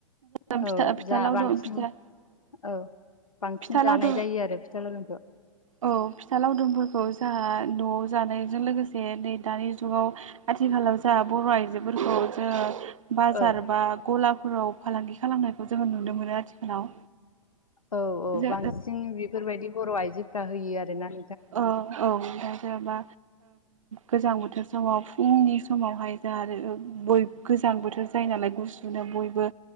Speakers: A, on the right; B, on the left.
A: <unintelligible>
B: औ जा
A: लावदुम
B: बांसिन
A: फिथा
B: औ बांसिन
A: फिथा लावदुम
B: जानाय जायो आरो फिथा लावदुमखौ।
A: औ फिथा लावदुमफोरखौ जाहा न'आव जानायजों लोगोसे नै दानि जुगाव आथिखालाव जा बर' आइजोफोरखौ जोङो बाजार
B: औ
A: बा गलाफोराव फालांगि खालामनायखौ जोङो नुनो मोनो आथिखालाव।
B: औ औ
A: जो
B: बांसिन बेफोरबायदि बर' आइजोफ्रा होयो आरो ना
A: औ औ नोंथां जेन'बा गोजां बोथोर समाव फुंनि समावहाय जा आरो बयब गोजां बोथोर जायो नालाय। गुसुनो बयबो